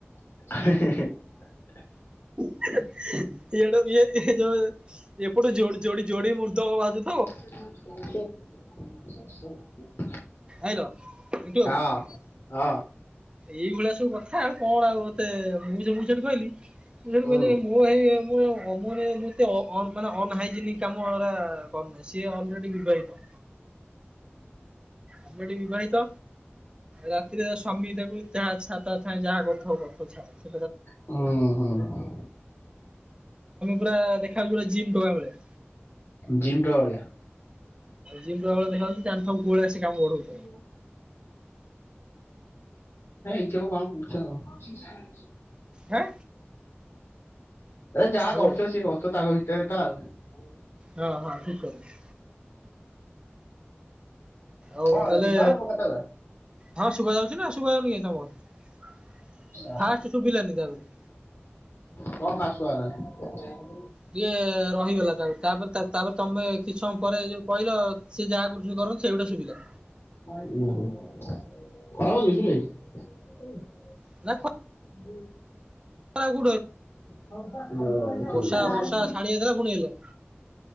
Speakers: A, on the left (about 70°); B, on the right (about 25°).
A: <unintelligible>
B: ଏଡ ଇଏ ଏଯୋଉ ଏପଟୁ ଯୋଡି ଯୋଡି ମୁର୍ଦଙ୍ଗ୍ ବାଜୁ
A: <unintelligible>
B: ଆଇଲ ଏନ୍ଥୁ ବାବୁ
A: ହଁ
B: ଏଇ ଭଳିଆ ସୁ କଥା ଆଉ କଣ ଆଉ ଏତେ ମୁଁ ସେ ମୁଁ ସେଠି କହିଲି, ମୁଁ ସେଠି
A: ହୁଁ
B: କହିଲି ମୁଁ ଏଇ ମୁଁ ଅ ମତେ ମତେ ମାନେ ଅନ ହାଇଜେନିକ କାମ ଏରା କରୁନେହିଁ ସେ ଅଲରେଡ଼ି ବିବାହିତ। ଆମର ଏଠି ବିବାହିତ, ରାତିରେ ସ୍ୱାମୀ ତାକୁ ଯାହା ଚ୍ଛା ତାହା ଯାହା କରୁଥାଉ। ତା ସ୍ୱାମୀ
A: ହଁ ହୁଁ ହୁଁ
B: ପୁରା ଦେଖାହଉଚି ପୁରା ଜିମ୍ ଟୋକା ଭଳିଆ।
A: ଜିମ୍ ଟୋକା ଭଳିଆ।
B: ଜିମ୍ ଟୋକା ଭଳିଆ ଦେଖାହଉଛି, ଜାଣୁଥବୁ କୋଉଭଳିଆ ସେ କାମ ବଢଉଛି।
A: <inaudible> ହେ ଏଇଛବ କଣ କରୁଛ ଆଉ।
B: ହାଁ
A: ଯାହା
B: ହ୍ୟାଲୋ
A: କରୁଥିବେ ସିଏ କରୁଥିବେ ତାଙ୍କ ଭିତରେ ତ ଆଉ।
B: ହଁ ହଁ ଠିକ କଥା। ଆଉ
A: କଣ ହେଲା
B: ତାହେଲେ
A: ଶୁଭା ହଉନି ମୋ କଥା ଗୁରା?
B: ହଁ ଶୁଭା ଯାଉଛି ନା ଶୁଭା ଯାଉନି କାହିଁ, ତମ କଥା
A: ଆଃ,
B: ଫାଷ୍ଟ ଶୁଭିଲାନି ତାପରେ
A: କଣ ଫାଷ୍ଟ ଶୁଭା ହେଲାନି।
B: ଟିକେ ରହିଗଲା, ତାପରେ ତାପରେ ତାପରେ ତମେ କିଛି ସମୟ ପରେ ଯୋଉ କହିଲ ସିଏ ଯାହା କରୁଛନ୍ତି ସେଗୁଡା ଶୁଭିଲା।
A: <unintelligible>
B: ନା
A: <inaudible>
B: କୋଉଠି
A: ହ ଠିକ
B: ବର୍ଷା
A: ଅଛି।
B: ବର୍ଷା ଛାଡି ଯାଇଥିଲା ପୁଣି ହେଲାଣି